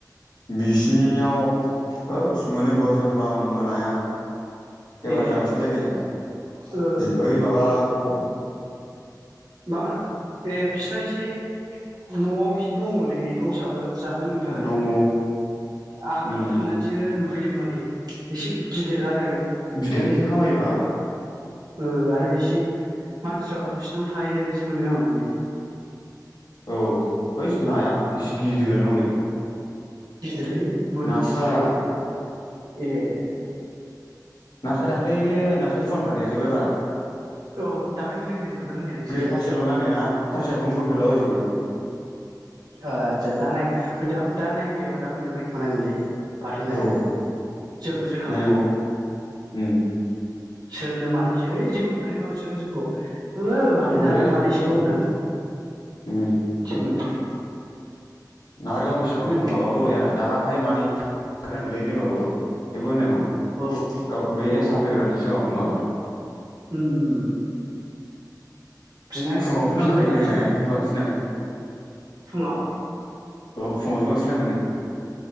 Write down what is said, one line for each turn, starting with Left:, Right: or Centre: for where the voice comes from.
Left: बिसिनियाव होदस मोनो बोसोरफ्रामबो नाया एबार
Right: ए
Left: जानसैलाय नै
Right: ओ
Left: जि ओइ माबा ख
Right: मा होनामोन? ए बिस्रा एसे न'आव एसे दङलै ने दंसाबो। जानो लोंनो थाखाय।
Left: दङ
Right: आं
Left: उम
Right: दाख्लै थांनानैसो नुहैदों माने। एसे गिदिरानो।
Left: बिदायानो एसे खामायोब्रा।
Right: ओ आरो एसे मानसिफ्राबो बिसिनाव थाहैनाय बायदि मोनो आं माने।
Left: औ बै नाया एसे गिदिर गिदिरानो हनै।
Right: गिदिरलै मोन
Left: नास्राय
Right: गिदिर जायो। ए।
Left: नास्राय दाख्लैनो नास्राय फुवानफ्रा देरजोब्बाय ब्रा।
Right: औ दाख्लै गोरलै गोरलै नुदों होननाया नोंसोरो।
Left: फासियाल' नांनाया फासियालखौनो बोगदोलाबायजोबो।
Right: ओ आदसा दा नाय दा नायबियोबा दा मोनायाव नाय खुनांगोनलै बाथोन जानो
Left: औ
Right: जोलुर जोखांनानै
Left: नायनांगौ उम
Right: स्रोदनो मानैसो है जेबो होनखानाय नङा बिसोरो जोंखौ। ओ बाथोन
Left: अरजाया
Right: जानाय मानैसल'
Left: होनालै
Right: होननानै
Left: उम
Right: जागोनदा।
Left: ना आरो गावनि सिगाङाव
Right: होनदों
Left: बुंखाबाबो अरजाया दाहाय मानै होनांगोनलै । होनबाबो जेबो होननाय नङा।
Right: औ
Left: गाव बे
Right: औ
Left: साफैग्रानि सिगाङाव बुंबाबो।
Right: उम उम बिनानै
Left: फुङावसो
Right: बिनानै
Left: नांखायो
Right: लाखिदों
Left: नो नायानो बांसिनानो।
Right: फुङाव?
Left: औ फुङावसो बांसिन नाङो नो।